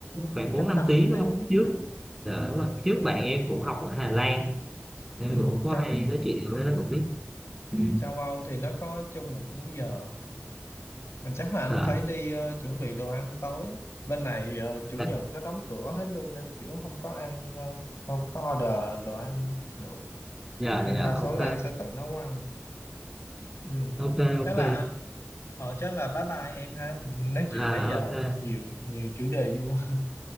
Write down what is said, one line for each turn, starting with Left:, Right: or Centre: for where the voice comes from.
Centre: khoảng
Left: Cách
Centre: bốn năm
Left: 5
Centre: tiếng đúng
Left: tiếng.
Centre: không trước Dạ, đúng rồi. trước bạn em cũng học ở Hà Lan nên
Left: Ừ,
Centre: cũng có
Left: châu
Centre: hay nói chuyện với nó cũng biết Ừ.
Left: châu Âu thì nó có chung một múi giờ. mà chắc là anh
Centre: Ờ,
Left: phải đi ờ, chuẩn bị đồ ăn tối á. Bên này ờ, chủ
Centre: dạ
Left: nhật nó đóng cửa hết luôn nên kiểu không có ăn ờ, không có order đồ ăn được
Centre: dạ
Left: nên
Centre: dạ,
Left: đa số
Centre: ok
Left: là anh sẽ tự nấu ăn ừ.
Centre: ok
Left: chắc
Centre: ok
Left: là anh ờ chắc là bye bye em ha nói chuyện
Centre: à
Left: nãy giờ
Centre: ok
Left: nhiều nhiều chủ đề vui